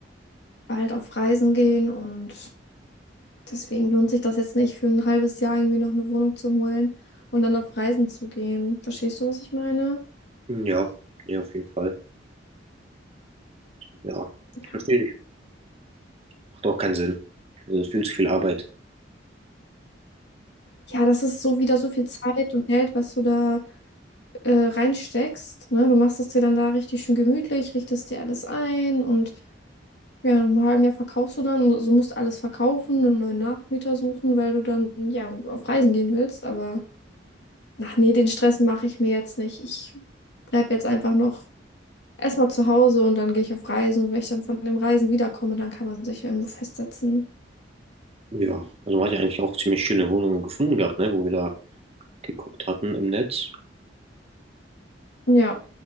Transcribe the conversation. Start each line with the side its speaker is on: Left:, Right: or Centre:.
Left: bald auf Reisen gehen und Deswegen lohnt sich das jetzt nicht, für ein halbes Jahr irgendwie noch eine Wohnung zu holen und dann auf Reisen zu gehen. Verstehst du, was ich meine?
Right: Hm, Ja, ja, auf jeden Fall. Ja,
Left: Ja.
Right: verstehe ich. Macht auch keinen Sinn. Äh, Viel zu viel Arbeit.
Left: Ja, das ist so wieder so viel Zeit und Geld, was du da äh, reinsteckst. Ne? Du machst es dir dann da richtig schön gemütlich, richtest dir alles ein und ja, nach einem halben Jahr verkaufst du dann. So also musst alles verkaufen, einen neuen Nachmieter suchen, weil du dann ja auf Reisen gehen willst. Aber ach nee, den Stress mache ich mir jetzt nicht. Ich bleib jetzt einfach noch Erstmal zu Hause und dann gehe ich auf Reisen. Und wenn ich dann von dem Reisen wiederkomme, dann kann man sich irgendwo festsetzen.
Right: Ja, also man hat ja eigentlich auch ziemlich schöne Wohnungen gefunden gehabt, ne, wo wir da geguckt hatten im Netz.
Left: Ja,